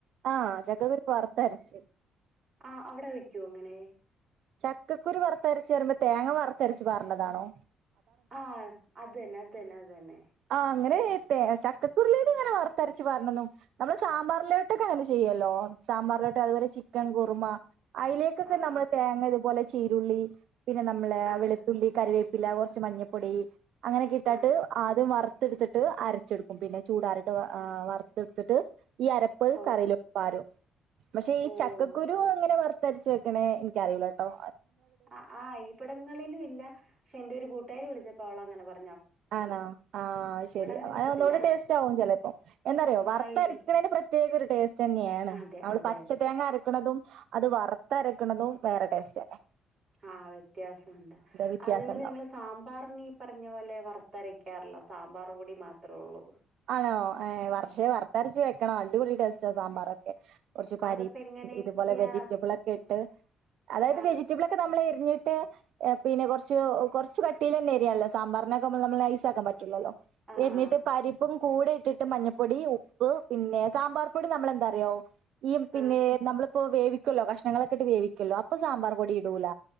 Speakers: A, on the right; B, on the right.
A: ആചക്കകുരു വർത്ത അരച്ച്
B: ആ അവിടെ വക്ക്യോ അങ്ങനെ
A: ചക്കക്കുരു വറുത്തരച്ച് പറയുമ്പോ തേങ്ങ വറുത്തരച്ചു പറഞ്ഞതാണോ
B: ആഅത തന്നെ അത തന്നെ അതന്നെ
A: ആ അങ്ങനെ ചക്കകുരുലേക്ക് അങ്ങനെ വറുത്തരച്ച് പാരണെന്നും നമ്മള് സാമ്പാറിലോട്ടൊക്കെ അങ്ങനെ ചെയ്യുവല്ലോ സാമ്പാറിലോട്ട് അതുപോലെ ചിക്കൻ കുറുമാ അയിലേക്കൊക്കെ
B: ആഹ്
A: നമ്മള് തേങ്ങ ഇതുപോലെ ചീരുള്ളി പിന്നെ നമ്മള്
B: ആഹ്
A: വെളുത്തുള്ളി കറിവേപ്പ പി കൊറച്ച് മഞ്ഞപ്പൊടി അങ്ങനെ കിട്ടാട്ട്
B: ആണ്
A: ആ വറുത്തെടുത്തിട്ട് അരച്ചെടുക്കും പിന്നെ ചൂടാറിട്ട് വറുത്തെടുത്തിട്ട് ഈ അരപ്പ്
B: ഓ
A: കറിയിലോട്ട് പാരും പക്ഷെ ഈ
B: ഓ
A: ചക്കകുരു അങ്ങനെ വ രച്ച് വെക്കണേ എനിക്കറിയൂലട്ടോ
B: അ ആഹ് ഈപ്പ്ടങ്ങളില് ഇല്ല. ക്ഷെ എന്റെ ഒരു കൂട്ടാരി വിളിച്ചപ്പ അവള് അങ്ങനെ പറ
A: ആണോ ആഹ് ശെരി
B: അങ്ങനെ
A: അ
B: വെച്ചിട്ടില്ല
A: ഒന്നുകൂടി ടേസ്റ്റ്ആകും ചെലപ്പോ. എന്താറിയോ വറുത്തരക്കണയിന്
B: ആയിരിക്കും
A: പ്രത്യേക ഒരു ടേസ്റ്റ് ന്നേണ്.
B: അതെ
A: അള്
B: അതെ
A: പച്ച
B: അതെ
A: തേങ്ങ അരക്കുണതും അത് വറ ത്തരക്ക്‌ണതും വേറെ ടേസ്റ്റെന്നെ
B: ആ വ്യത്യാസണ്ട്.
A: വ്യത്യാസം
B: അതുപോലെ
A: ഉണ്ടാവും
B: ഞങ്ങള് സാമ്പാറിന് ഈ പറഞ്ഞ പോലെ വർ ത്തരയ്ക്കാറില്ല സാമ്പാർ പൊടി മാത്രേ ഒള്ളൂ
A: ആണോ ഏ വർഷേ വർത്തരച്ച് വെക്കണോ അടിപൊളിടേസ് റ്റാ സാമ്പാറൊക്കെ കുറച്ച് പരിപ്പ്
B: അതപ്പോ എങ്ങനെയൊക്കെയാ
A: ഇതുപോലെ വെജിറ്റബിൾ ഒക്കെ ഇട്ട് അതായത്
B: ആ
A: വെജിറ്റബിൾ ഒക്കെ നമ്മളെ ഞ്ഞിട്ട് പിന്നെ കൊർച്ച് കൊർച്ച് കട്ടീലെന്നെരിയാള്ളെ സാമ്പാർനൊക്കെ മ്മള് മ്മള് നൈസാക്കാൻ പറ്റൂല്ലല്ലോ
B: ആ
A: എര്ഞ്ഞിട്ട്
B: ആ
A: പരി കൂടെ ഇട്ടിട്ട് മഞ്ഞപ്പൊടി ഉപ്പ് പിന്നെ സാമ്പാർ പൊടി നമ്മളെന്താറിയോ ഈ പിന്നേ
B: ആ
A: നമ്മള് പ്പൊ വേവിക്കല്ലോ കഷ്ണങ്ങളൊക്കെട്ട് വേവിക്കല്ലോ അപ്പൊ സാമ്പാർ പൊടി ഇടൂല.